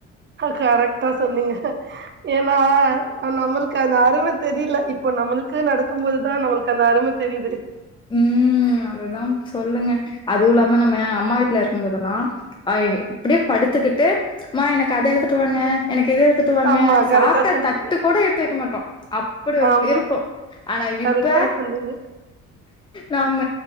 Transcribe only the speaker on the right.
கரெக்டா சொன்னீங்க ஏனா நம்மளு க்கு அந்த அரும தெரில இப்போ நம்மளுக்கு நடக்கு போதுதா நம்மளுக்கு அந்த அரும தெரிது
ஆமா
கரெக்டா சொன்னீங்க
ஆமா
கரெக்டா
சொன்னீங்க